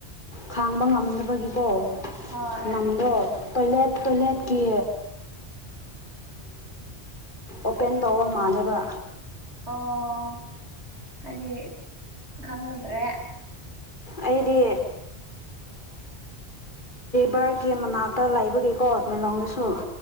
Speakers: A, on the left; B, on the right.
A: ꯈꯥꯡꯕ ꯉꯝꯗꯕꯒꯤꯀꯣ
B: ꯍꯣꯏ
A: ꯅꯝꯗꯣ ꯄꯂꯦꯠ ꯄꯂꯦꯠ ꯀ ꯑꯣꯄꯦꯟ ꯇꯧꯕ ꯃꯥꯜꯂꯦꯕ
B: ꯑꯣ ꯍꯥꯏꯗꯤ ꯈꯪꯗ꯭ꯔꯦ
A: ꯑꯩꯗꯤ ꯚꯔꯒꯤ ꯃꯅꯥꯛꯇ ꯂ ꯂꯩꯕꯒꯤꯀꯣꯃꯦꯂꯣꯡꯗꯁꯨ